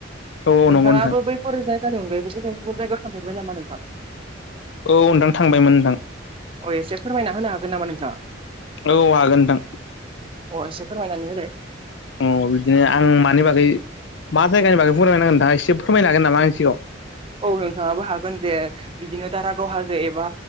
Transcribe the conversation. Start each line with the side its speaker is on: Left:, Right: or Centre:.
Left: औ औ
Right: नोंथाङाबो
Left: नंगौ नोंथां
Right: बैफोर जायगानि अनगायैबो गुबुन गुबुन जायगायाव थांफेरबाय नामा नोंथां
Left: औ नोंथां थांबायमोन नोंथां
Right: अ एसे फोरमायना होनो हागोन नामा नोंथाङा
Left: औ हागोन नोंथां
Right: अ एसे फोरमायनानै होलाय
Left: अह बिदिनो आं मानि बागै मा जायगानि बागै फोरमायनांगोन नोंथाङा एसे फोरमायनो होगोन नामा आंनि सिगाङाव
Right: औ नोंथाङाबो हागोन जे बिदिनो दारागाव हाजो एबा